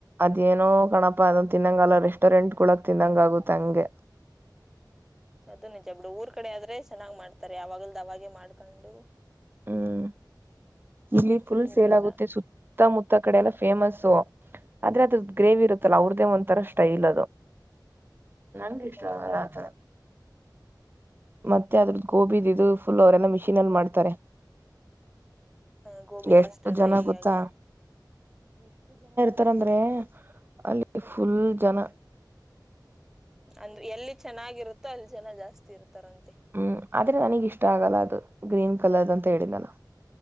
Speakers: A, on the right; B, in the centre.
A: ಅದ ಏನೋ ಕಣಪ ಅಂತ ತಿನ್ನಂಗಲ್ಲ ರೆಸ್ಟೋರೆಂಟ್ ಗಳಳ ತಿನ್ನಂಗ ಆಗುತ್ತೆ ಹಂಗೆ
B: ಅದು ನಿಜ ಬಿಡು ಊರ್ ಕಡೆ ಆದ್ರೆ ಚೆನ್ನಾಗಿ ಮಾಡತಾರೆ ಆ ಅವಾಗಲ ಅವಾಗ ಮಾಡ್ಕೊಂಡು
A: ಹ್ಮ್ ಇಲ್ಲಿ ಫುಲ್
B: ಇಲ್ಲೆಲ್ಲ
A: ಸೇಲ್ ಆಗುತ್ತೆ ಸುತ್ತಮುತ್ತ ಕಡೆ ಎಲ್ಲ ಫೇಮಸ್ಸು ಆದ್ರೆ ಅದ್ರ ಗ್ರೇವಿ ಇರುತ್ತಲ್ಲ ಅವ್ರದೇ ಒಂಥರ ಸ್ಟೈಲ್ ಅದು ನಂಗ್ ಇಷ್ಟ
B: ಹ್ಮ್
A: ಆಥರ ಮತ್ತೆ ಅದ್ರದ್ದು ಗೋಬಿದಿದ್ದು ಫುಲ್ ಅವರೆಲ್ಲ ಮಿಷೀನ್ ಅಲ್ಲಿ ಮಾಡ್ತಾರೆ
B: ಹ್ಮ ಗೋಬಿ
A: ಎಷ್ಟು
B: ಪಸ್ಟರ್ಡ್
A: ಜನ
B: ರ ಹಾಗಾಗಿ
A: ಗೊತ್ತಾ ತರಂದ್ರೆ ಅಲ್ಲಿ ಫುಲ್ ಜನ
B: ಅಂದ್ರೆ ಎಲ್ಲಿ ಚೆನ್ನಾಗಿರುತ್ತೋ ಅಲ್ಲಿ ಜನ ಜಾಸ್ತಿ ಇರ್ತಾರಂತೆ
A: ಹ್ಮ್ ಆದ್ರೆ ನನಗ್ ಇಷ್ಟ ಆಗಲ್ಲ ಅದು ಗ್ರೀನ್ ಕಲರ್ ಅಂತ ಹೇಳಿದಾನು